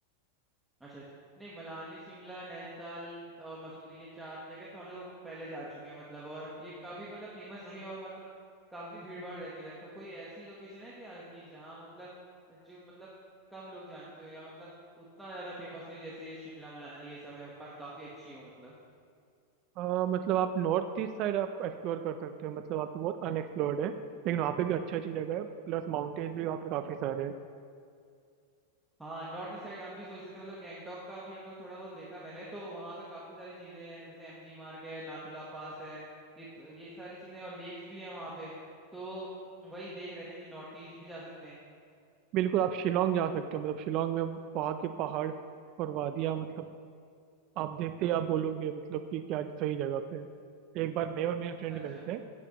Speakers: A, in the centre; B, on the right.
A: अच्छा अच्छा नहीं मनाली शिमला नैनीताल और मसूरी ये चार जगह तो हम लोग पहले जा चुके हैं मतलब और ये काफी मतलब फेमस भी है और मतलब काफी भीड़ भाड़ रहती है इधर तो कोई ऐसी लोकेशन है क्या कि जहाँ मतलब जो मतलब कम लोग जानते हो या मतलब उतना ज्यादा फेमस नहीं हो जैसे शिमला मनाली ये सब है पर काफी अच्छी हो मतलब
B: अ, मतलब आप नॉर्थ ईस्ट साइड आप एक्सप्लोर कर सकते हो मतलब आप बहुत अनएक्सप्लोर्ड है लेकिन वहाँ पे भी अच्छी अच्छी जगह है प्लस माउंटेन्स भी वहाँ पे काफ़ी सारे हैं
A: हाँ नॉर्थ ईस्ट साइड हम भी सोच रहे थे मतलब गैंगटॉक का भी हम लोग थोड़ा बहुत देखा मैंने तो वहां पे काफी सारी चीजें हैं जैसे एमजी मार्ग है नाथुला पास है ये ये सारी चीजें हैं, और लेक्स भी हैं वहां पे तो वही देख रहे थे कि नॉर्थ ईस्ट भी जा सकते हैं
B: बिल्कुल आप शिलोंग जा सकते हो मतलब शिलोंग में वहाँ के पहाड़ और वादियाँ मतलब आप देखते ही आप बोलोगे मतलब कि क्या सही जगह पे है। एक बार मैं और मेरे
A: अच्छा
B: फ्रेंड
A: अच्छा
B: गए थे